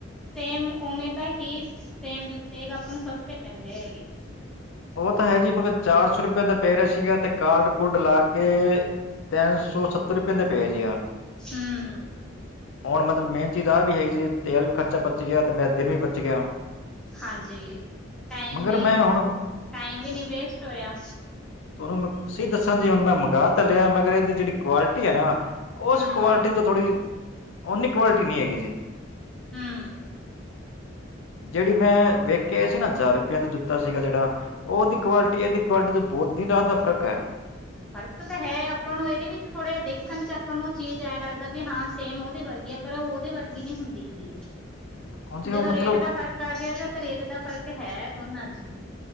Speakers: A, in the centre; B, on the left (about 70°).
A: ਸੇਮ ਉਵੇਂ ਦਾ ਹੀ ਸੇਮ ਜੁੱਤੇ ਹੈ <unintelligible> ਆਪਾਂ ਨੂੰ ਸਸਤੇ ਪੈਂਦੇ ਹੈਗੇ
B: ਉਹ ਤਾਂ ਹੈ ਜੀ ਮਗਰ ਚਾਰ ਸੌ ਰੁਪੇ ਦਾ ਪੈ ਰਿਹਾ ਸੀਗਾ ਤੇ ਕਾਰਡ ਕੁਡ ਲਾ ਕੇ ਤੈਨ ਸੌ ਸੱਤਰ ਰੁਪਏ ਦਾ ਪਿਆ ਜੀ ਯਾਰ
A: ਹਮ ਹਮ
B: ਹੁਣ ਮਤਲਬ ਮੇਨ ਚੀਜ਼ ਆਹ ਵੀ ਹੈਗੀ ਜੀ ਤੇਲ ਵੀ ਖਰਚਾ ਪਚ ਗਿਆ ਤੇ ਮੈਂ ਦਿਨ ਵੀ ਬਚ ਗਿਆ
A: ਹਾਂਜੀ ਟਾਈਮ
B: ਮਗਰ
A: ਵੀ
B: ਮੈਂ ਹੁਣ
A: ਟਾਈਮ ਵੀ ਨੀ ਵੇਸਟ ਹੋਇਆ
B: ਉਹਨੂੰ ਮੈਂ ਦੱਸਾਂ ਜੀ ਹੁਣ ਮੈਂ ਮੰਗਾਵਾ ਤਾਂ ਲਿਆ। ਮਗਰ ਇਹਦੀ ਜਿਹੜੀ ਕੁਆਲਿਟੀ ਹੈ ਨਾ। ਉਸ
A: ਹਮ
B: ਕੁਆਲਿਟੀ ਤੋਂ ਥੋੜ੍ਹੀ, ਓਨੀ ਕੁਆਲਿਟੀ ਨਹੀਂ ਹੈਗੀ ਜੀ।
A: ਹਮ
B: ਜਿਹੜੀ ਮੈਂ ਵੇਖਿਆ ਸੀ ਨਾ, ਹਜ਼ਾਰ ਰੁਪਆ ਦਾ ਜੁਤਾ ਸੀਗਾ। ਜਿਹੜਾ ਉਹਦੀ ਕੁਆਲਿਟੀ, ਇਹਦੀ ਕੁਆਲਿਟੀ ਤੋਂ ਬਹੁਤ ਹੀ ਦਿਨ- ਰਾਤ ਦਾ ਫ਼ਰਕ ਹੈ।
A: ਫ਼ਰਕ ਤਾਂ ਹੈ। ਆਪਾਂ ਨੂੰ, ਇਹਦੇ ਵਿੱਚ ਥੋੜ੍ਹੇ ਦੇਖਣ ਚ, ਆਪਾਂ ਨੂੰ ਚੀਜ਼ ਐਂ ਲੱਗਦਾ ਵੀ ਹਾਂ। ਸੇਮ ਉਹਦੇ ਵਰਗੇ ਆ। ਪਰ ਉਹ ਉਹਦੇ ਵਰਗੀ ਨਹੀਂ ਹੁੰਦੀ ਹੈਗੀ।
B: ਹੁਣ ਜੀ
A: ਜਦੋਂ
B: ਮਤਲਬ
A: ਰੇਟ ਦਾ ਫ਼ਰਕ ਆ ਗਿਆ। ਗਾ ਤਾਂ ਰੇਟ ਦਾ ਫ਼ਰਕ ਹੈ ਦੋਨਾਂ ਚ, ਹੀ